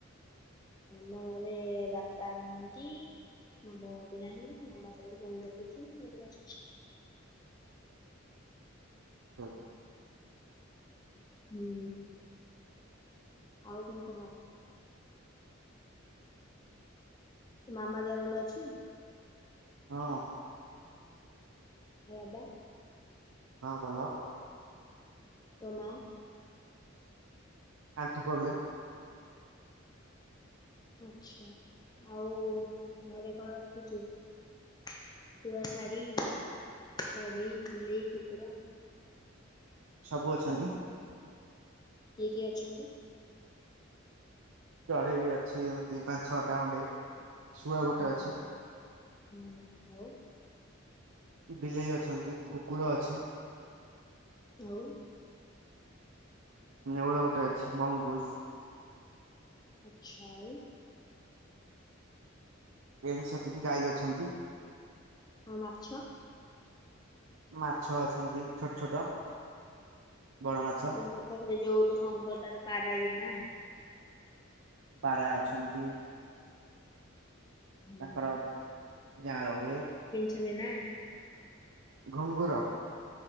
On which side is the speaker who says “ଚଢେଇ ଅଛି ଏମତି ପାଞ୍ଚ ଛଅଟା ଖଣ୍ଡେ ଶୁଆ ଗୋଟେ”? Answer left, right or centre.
Right